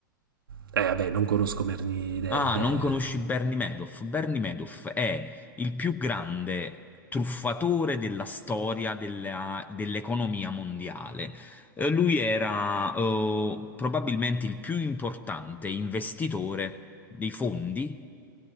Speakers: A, on the right; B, on the left.
A: Eh vabbè, non conosco merni de-
B: Ah,
A: de-
B: non conosci Bernie Madoff? Bernie Madoff è il più grande truffatore della storia della- dell'economia mondiale. Eh, Lui era eh, probabilmente il più importante investitore dei fondi